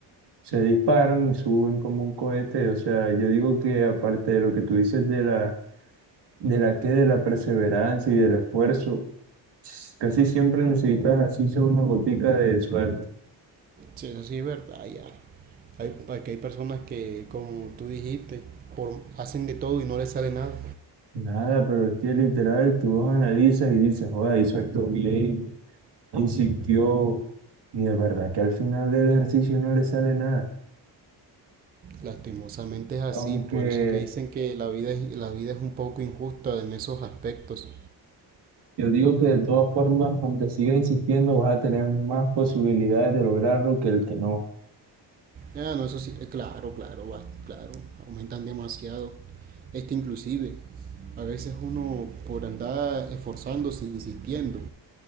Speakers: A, on the right; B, on the right.
A: se disparan y suben como un cohete. O sea, yo digo que aparte de lo que tú dices de la, de la que de la perseverancia y del esfuerzo. Casi siempre necesitas así sea una gotica de suerte.
B: Sí, eso sí es verdad, ya. Hay, aquí hay personas que, como tú dijiste, por, hacen de todo y no les sale nada.
A: Nada, pero es que literal tú los analizas y dices, joder, hizo esto bien, insistió, y de verdad que al final del ejercicio no le sale nada.
B: Lastimosamente es así,
A: Aunque
B: por eso es que dicen que la vida es, la vida es un poco injusta en esos aspectos.
A: yo digo que de todas formas, aunque sigas insistiendo, vas a tener más posibilidades de lograrlo que el que no.
B: Ah, no, eso sí, eh, claro, claro, bas- claro, aumentan demasiado. Este inclusive, a veces uno por andar esforzándose, insistiendo,